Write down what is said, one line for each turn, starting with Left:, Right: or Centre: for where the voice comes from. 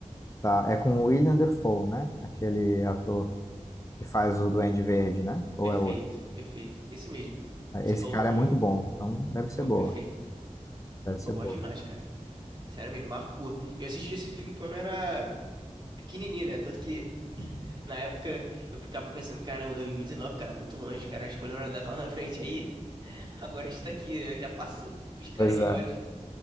Left: Tá, é com o William Dafoe né? Aquele ator que faz o Duende Verde, né? Ou
Right: Perfeito,
Left: é outro?
Right: perfeito. Esse mesmo. Você
Left: Esse
Right: falou
Left: cara
Right: o nome,
Left: é muito bom, então deve ser
Right: pô,
Left: boa.
Right: perfeito.
Left: Deve ser
Right: Eu gosto
Left: boa.
Right: demais, cara. Sério mesmo, marcou. Eu assisti esse filme quando eu era pequenininho, né? Tanto que na época eu ficava pensando, caramba, 2019, cara, muito longe, cara, escolheram a data lá na frente aí. <laughs> Agora a gente tá aqui, né? Já passou, <laughs> piscar
Left: Pois
Right: de
Left: é,
Right: olhos.